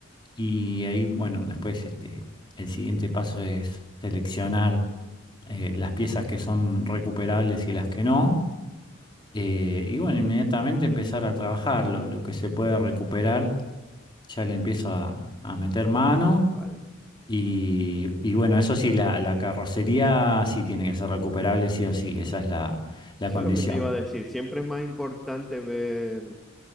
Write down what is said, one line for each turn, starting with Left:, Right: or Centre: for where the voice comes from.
Left: y ahí, bueno, después este, el siguiente paso es seleccionar eh, las piezas que son recuperables y las que no. Eh, y bueno, inmediatamente empezar a trabajarlo, lo que se puede recuperar ya le empiezo a, a meter mano
Centre: Vale.
Left: y,
Centre: Y
Left: y bueno, eso sí, la, la carrocería sí tiene que ser recuperable, sí o sí, esa es la, la
Centre: eso
Left: condición.
Centre: es lo que te iba a decir. Siempre es más importante ver